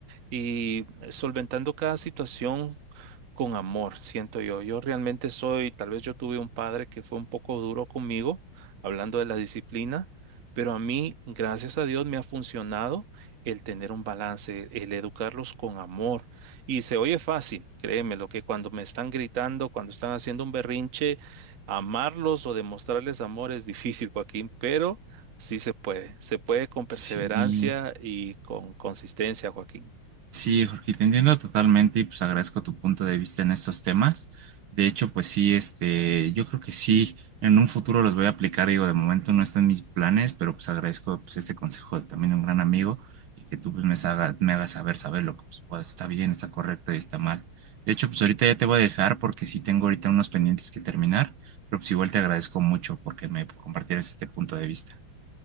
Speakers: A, on the right; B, on the right.
A: y solventando cada situación con amor, siento yo. Yo realmente soy, tal vez yo tuve un padre que fue un poco duro conmigo, hablando de la disciplina, pero a mí, gracias a Dios, me ha funcionado el tener un balance, el educarlos con amor. Y se oye fácil, créeme, lo que cuando me están gritando, cuando están haciendo un berrinche, amarlos o demostrarles amor es difícil, Joaquín, pero sí se puede, se puede con perseverancia
B: Sí.
A: y con consistencia, Joaquín.
B: Sí, Jorge, te entiendo totalmente y pues agradezco tu punto de vista en estos temas. De hecho, pues sí, este, yo creo que sí, en un futuro los voy a aplicar. Digo, de momento no están mis planes, pero pues agradezco pues este consejo de también un gran amigo y que tú pues me haga, me hagas saber, saber lo que pues, pues, está bien, está correcto y está mal. De hecho, pues ahorita ya te voy a dejar porque sí tengo ahorita unos pendientes que terminar, pero pues igual te agradezco mucho porque me compartieras este punto de vista.